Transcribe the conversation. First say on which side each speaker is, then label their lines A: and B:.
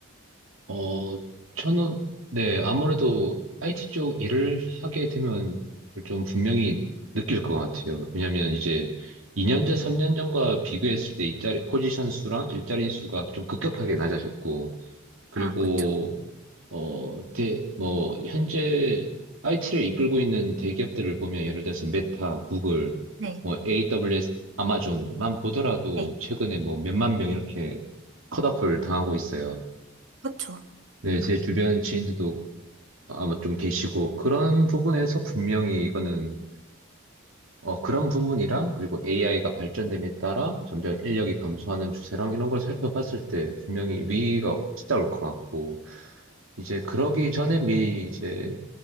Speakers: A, on the right; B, on the right.
A: 어, 저는, 네, 아무래도 IT 쪽 일을 하게 되면 그걸 좀 분명히 느낄 것 같아요. 왜냐면 이제 2년 전, 3년 전과 비교했을 때 일자리, 포지션 수랑 일자리 수가 좀 급격하게 낮아졌고, 그리고,
B: 아, 그쵸.
A: 어, 대, 뭐, 현재 IT를 이끌고 있는 대기업들을 보면 예를 들어서 메타, 구글,
B: 네.
A: 뭐, AWS, 아마존만 보더라도
B: 네,
A: 최근에 뭐 몇만 명 이렇게 컷오프를 당하고 있어요.
B: 그쵸.
A: 네, 제 주변 지인들도 아마 좀 계시고, 그런 부분에서 분명히 이거는, 어, 그런 부분이랑, 그리고 AI가 발전됨에 따라 점점 인력이 감소하는 추세랑 이런 걸 살펴봤을 때 분명히 위기가 찾아올 것 같고, 이제 그러기 전에 미리 이제